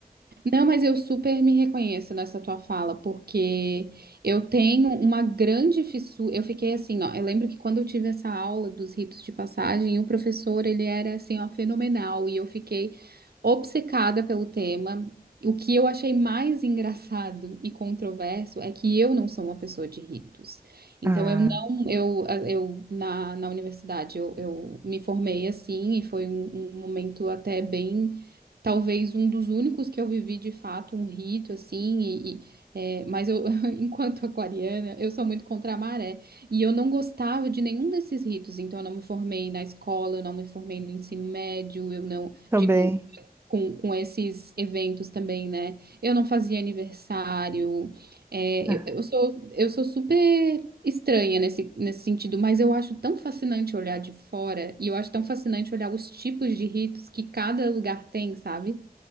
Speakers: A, on the right; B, on the right.
A: Não, mas eu super me reconheço nessa tua fala, porque eu tenho uma grande fissura. Eu fiquei assim, ó. Eu lembro que quando eu tive essa aula dos ritos de passagem, o professor, ele era assim, ó, fenomenal, e eu fiquei obcecada pelo tema. O que eu achei mais engraçado e controverso é que eu não sou uma pessoa de ritos. Então,
B: Ah,
A: eu não, eu, eu na, na universidade, eu, eu me formei assim, e foi um um momento até bem Talvez um dos únicos que eu vivi de fato um rito assim, e, e, é, mas eu, <laughs> enquanto aquariana, eu sou muito contra a maré. E eu não gostava de nenhum desses ritos, então eu não me formei na escola, eu não me formei no ensino médio, eu não,
B: também.
A: digo, com, com esses eventos também, né? Eu não fazia aniversário, é,
B: Ah.
A: eu, eu sou, eu sou super estranha nesse, nesse sentido, mas eu acho tão fascinante olhar de fora, e eu acho tão fascinante olhar os tipos de ritos que cada lugar tem, sabe?